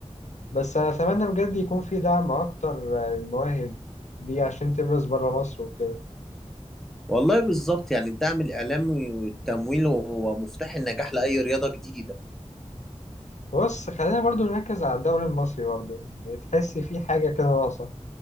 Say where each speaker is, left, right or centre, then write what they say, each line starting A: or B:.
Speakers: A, on the left; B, in the centre.
A: بس أنا أتمنى بجد يكون في دعم أكتر للمواهب دي عشان تبرز بره مصر وكده
B: والله بالظبط يعني الدعم الإعلامي والتمويل هو مفتاح النجاح لأي رياضة جديدة
A: بص خلينا برضو نركز على الدوري المصري برضو يعني تحس في حاجة كده ناقصة